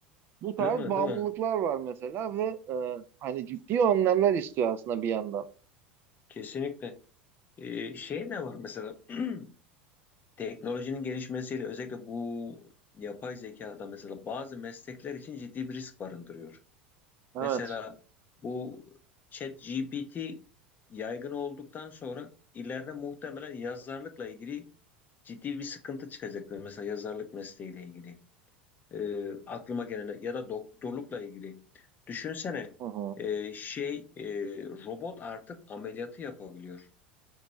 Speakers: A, on the right; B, on the left.
A: Bu tarz
B: Değil mi?
A: bağımlılıklar
B: Değil mi?
A: var mesela ve e, hani ciddi önlemler istiyor aslında bir yandan.
B: Kesinlikle. E, şey ne var mesela <clears throat> teknolojinin gelişmesiyle özellikle bu yapay zekada mesela bazı meslekler için ciddi bir risk barındırıyor.
A: Evet.
B: Mesela bu ChatGPT yaygın olduktan sonra ileride muhtemelen yazarlıkla ilgili ciddi bir sıkıntı çıkacaktır. Mesela yazarlık mesleğiyle ilgili. Ee, aklıma gelen ya da doktorlukla ilgili. Düşünsene
A: Hı hı.
B: e, şey e, robot artık ameliyatı yapabiliyor.